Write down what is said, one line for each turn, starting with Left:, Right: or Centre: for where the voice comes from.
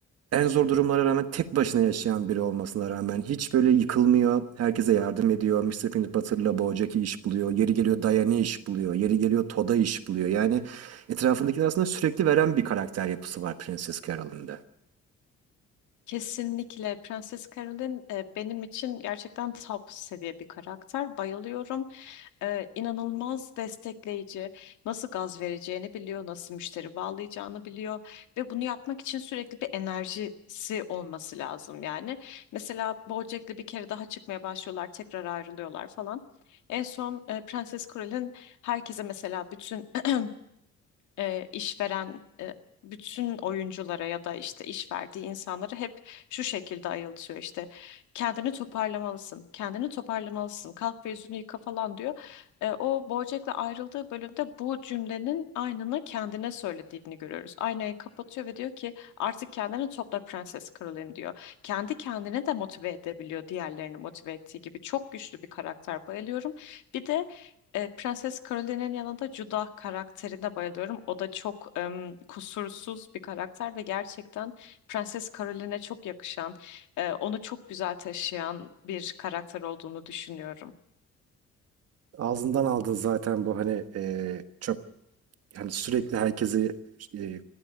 Right: en zor durumlara rağmen tek başına yaşayan biri olmasına rağmen hiç böyle yıkılmıyor. Herkese yardım ediyor. Mister Peanut Butter'la Bojack'i iş buluyor. Yeri geliyor Diane'i iş buluyor. Yeri geliyor Toad'a iş buluyor. Yani etrafındakiler aslında sürekli veren bir karakter yapısı var Prenses Carol'ın da.
Left: Kesinlikle Prenses Caroline e, benim için gerçekten top seviye bir karakter. Bayılıyorum. E, inanılmaz destekleyici. Nasıl gaz vereceğini biliyor, nasıl müşteri bağlayacağını biliyor ve bunu yapmak için sürekli bir enerjisi olması lazım yani. Mesela BoJack'le bir kere daha çıkmaya başlıyorlar, tekrar ayrılıyorlar falan. En son e, Prenses Caroline herkese mesela bütün <clears throat> e, işveren e, bütün oyunculara ya da işte iş verdiği insanları hep şu şekilde ayıltıyor işte kendini toparlamalısın, kendini toparlamalısın, kalk ve yüzünü yıka falan diyor. E, o BoJack'le ayrıldığı bölümde bu cümlenin aynını kendine söylediğini görüyoruz. Aynayı kapatıyor ve diyor ki artık kendini topla Prenses Caroline diyor. Kendi kendine de motive edebiliyor diğerlerini motive ettiği gibi. Çok güçlü bir karakter bayılıyorum. Bir de e, Prenses Caroline'in yanında Judah karakterine bayılıyorum. O da çok em, kusursuz bir karakter ve gerçekten Prenses Caroline'e çok yakışan, e, onu çok güzel taşıyan bir karakter olduğunu düşünüyorum.
Right: Ağzından aldın zaten bu hani eee, çok hani sürekli herkesi eee,